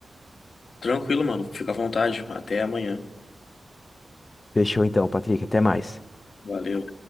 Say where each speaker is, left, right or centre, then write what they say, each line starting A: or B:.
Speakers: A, on the left; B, on the left.
A: tranquilo, mano. Fica à vontade. Até amanhã.
B: Fechou então, Patrick, até mais.
A: Valeu.